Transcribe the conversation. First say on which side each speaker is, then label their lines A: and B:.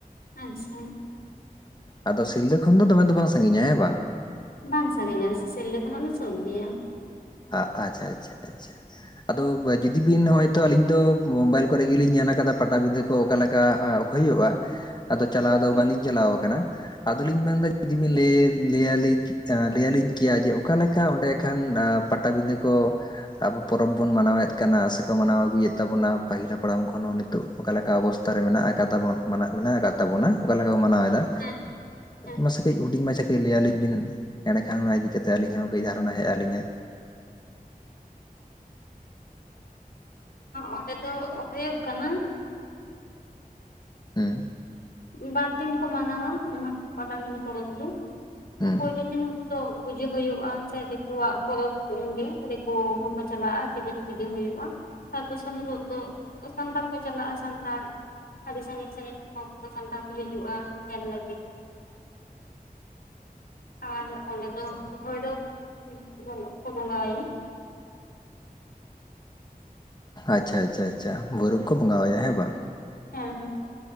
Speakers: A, on the left; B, on the left.
A: ᱟᱪᱪᱷᱟ
B: ᱟᱫᱚ ᱥᱤᱞᱫᱟᱹ ᱠᱷᱚᱱ ᱫᱚ ᱫᱚᱢᱮ ᱫᱚ ᱵᱟᱝ ᱥᱟᱺᱜᱤᱧᱟ ᱦᱮᱸ ᱵᱟᱝ
A: ᱵᱟᱝ ᱥᱟᱹᱜᱤᱧᱟ ᱥᱤᱞᱫᱟᱹ ᱠᱷᱚᱱᱟᱜ ᱫᱚ ᱥᱳᱨ ᱜᱮᱭᱟ
B: ᱟᱪᱪᱷᱟ ᱟᱪᱪᱷᱟ ᱟᱪᱪᱷᱟ ᱟᱫᱚ ᱡᱩᱫᱤ ᱵᱤᱱ ᱦᱚᱭᱛᱚ ᱟᱞᱤᱧ ᱫᱚ ᱢᱳᱵᱟᱭᱤᱞ ᱠᱚᱨᱮ ᱜᱮ ᱞᱤᱧ ᱧᱮᱞ ᱟᱠᱟᱫᱟ ᱯᱟᱴᱟᱵᱤᱸᱫᱟᱹ ᱠᱚ ᱚᱠᱟᱞᱮᱠᱟ ᱦᱩᱭᱩᱜ-ᱟ ᱟᱫᱚ ᱪᱟᱞᱟᱣ ᱫᱚ
A: ᱦᱮᱸ
B: ᱵᱟᱝᱞᱤᱧ ᱪᱟᱞᱟᱣ ᱟᱠᱟᱱᱟ ᱟᱫᱚᱞᱤᱧ ᱢᱮᱱᱫᱟ ᱡᱩᱫᱤᱵᱤᱱ ᱞᱟᱹᱭᱟᱞᱤᱧ ᱠᱮᱭᱟ ᱡᱮ ᱚᱠᱟ ᱞᱮᱠᱟ ᱚᱸᱰᱮ ᱠᱷᱟᱱ ᱯᱟᱴᱟᱵᱤᱸᱫᱟᱹ ᱠᱚ ᱟᱵᱚ ᱯᱚᱨᱚᱵᱽ ᱵᱚᱱ ᱢᱟᱱᱟᱣᱮᱫ ᱠᱟᱱᱟ ᱥᱮᱠᱚ ᱢᱟᱱᱟᱣ ᱟᱹᱜᱩᱭᱮᱫ ᱛᱟᱵᱚᱱᱟ ᱯᱟᱹᱦᱤᱞ ᱦᱟᱯᱲᱟᱢ ᱠᱷᱚᱱ ᱦᱚᱸ ᱚᱠᱟ ᱞᱮᱠᱟ ᱚᱵᱚᱥᱛᱷᱟ ᱨᱮ ᱢᱮᱱᱟᱜ ᱟᱠᱟᱫ ᱢᱮᱱᱟᱜ ᱟᱠᱟᱫ ᱛᱟᱵᱚᱱᱟ ᱚᱠᱟ ᱞᱮᱠᱟ ᱵᱚᱱ ᱢᱟᱱᱟᱣ ᱮᱫᱟ
A: ᱦᱮᱸ ᱦᱮᱸ
B: ᱢᱟᱥᱮ ᱠᱟᱹᱡ ᱦᱩᱰᱤᱧ ᱢᱟᱪᱷᱟ ᱠᱟᱹᱡ ᱞᱟᱹᱭᱟᱞᱤᱧ ᱵᱤᱱ ᱮᱸᱰᱮ ᱠᱷᱟᱱ ᱚᱱᱟ ᱤᱫᱤ ᱠᱟᱛᱮᱫ ᱟᱹᱞᱤᱧ ᱦᱚᱸ ᱠᱟᱹᱡ ᱫᱷᱟᱨᱚᱱᱟ ᱦᱮᱡ ᱟᱹᱞᱤᱧᱟᱹ
A: ᱚᱸᱰᱮ ᱫᱚ ᱦᱩᱭᱩᱜ ᱠᱟᱱᱟ
B: ᱦᱩᱸ
A: ᱵᱟᱨ ᱫᱤᱱ ᱠᱚ ᱢᱟᱱᱟᱣᱟ ᱚᱱᱟ ᱯᱟᱴᱟᱵᱤᱸᱫᱟᱹ ᱯᱚᱨᱚᱵᱽ ᱫᱚ
B: ᱦᱩᱸ
A: ᱛᱚ ᱯᱳᱭᱞᱳ ᱫᱤᱱ ᱫᱚ ᱯᱩᱡᱟᱹ ᱦᱩᱭᱩᱜ-ᱟ ᱥᱮ ᱫᱤᱠᱩᱣᱟᱜ ᱯᱚᱨᱚᱵᱽ ᱠᱚ ᱜᱮ ᱫᱤᱠᱩ ᱦᱚᱸᱠᱚ ᱪᱟᱞᱟᱜ-ᱟ ᱠᱮᱫᱤᱱ ᱯᱩᱡᱟᱹ ᱦᱩᱭᱩᱜ-ᱟ ᱛᱟᱨ ᱫᱚᱥᱟᱨ ᱦᱤᱞᱳᱜ ᱫᱚ ᱥᱟᱱᱛᱟᱲ ᱠᱚ ᱪᱟᱞᱟᱜ-ᱟ ᱥᱟᱱᱛᱟᱲ ᱟᱹᱰᱤ ᱥᱟᱺᱜᱤᱧ ᱥᱟᱺᱜᱤᱧ ᱠᱷᱚᱱ ᱥᱟᱱᱛᱟᱲ ᱠᱚ ᱦᱤᱡᱩᱜᱼᱟ ᱧᱮᱞ ᱞᱟᱹᱜᱤᱫ ᱟᱨ ᱚᱸᱰᱮ ᱫᱚ ᱵᱷᱳᱭᱨᱳᱵᱽ ᱵᱚᱸᱜᱟ ᱠᱚ ᱵᱚᱸᱜᱟ ᱟᱭᱟ
B: ᱟᱪᱪᱷᱟ ᱟᱪᱪᱷᱟ ᱟᱪᱪᱷᱟ ᱵᱷᱳᱭᱨᱳᱵᱽ ᱠᱚ ᱵᱚᱸᱜᱟ ᱟᱭᱟ ᱦᱮᱸ ᱵᱟᱝ
A: ᱦᱮᱸ ᱦᱮᱸ